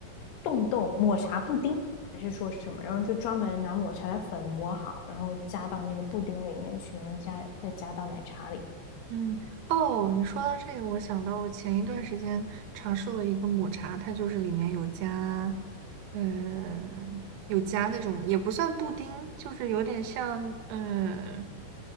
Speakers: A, on the left; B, on the right.
A: 冻冻抹茶布丁，还是说是什么？然后就专门拿抹茶的粉磨好，然后加到那个布丁里面去，然后加再加到奶茶里，
B: 嗯，哦，你说到这个，我想到我前一段时间尝试了一个抹茶，它就是里面有加，呃，有加那种也不算布丁，就是有点像，呃，